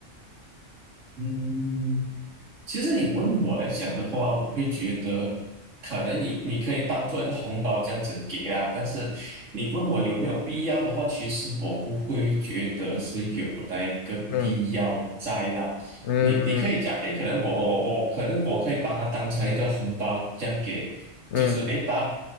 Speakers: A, on the right (about 80°); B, on the left (about 65°).
A: 嗯。其实你问我来讲的话，我会觉得，可能你你可以当做一个红包这样子给啊，但是你问我有没有必要的话，其实我不会觉得是有那一个必要在啦。
B: 嗯嗯嗯
A: 你你可以讲，哎，可能我我我可能我可以把它当成一个红包这样给，
B: 嗯
A: 就是哎大